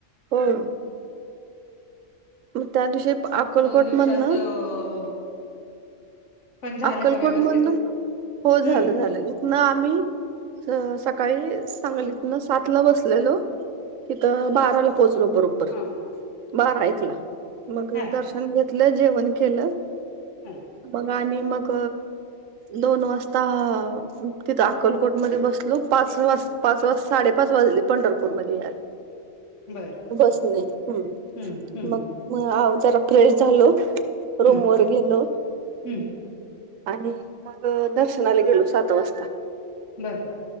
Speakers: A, on the right (about 80°); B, on the left (about 65°).
A: हो. मग त्या दिवशी अकलकोट
B: दोन दिवसात
A: मधन
B: अ, पण झालं
A: अक्कलकोट
B: का व्यवस्थित
A: मधन हो झालं
B: हम्म
A: झालं. इथन आम्ही सकाळी सांगली त ना सात ला बसलेलो तिथं बाराला पोहोचलो बरोबर.
B: हा
A: बारा ऐकला मग
B: हा
A: दर्शन घेतलं जेवण केलं.
B: हा
A: मग आणि मग दोन वाजता तिथं अकलकोट मध्ये बसलो पाच वाज पाच वाज साडेपाच वाजले. पंढरपूरमध्ये
B: बर
A: बसणे. हम.
B: हम्म हम्म
A: मग जरा फ्रेश झालो
B: हम्म
A: रूम वर गेलो.
B: हम्म.
A: आणि मग दर्शनाला गेलो सात वाजता.
B: बरं.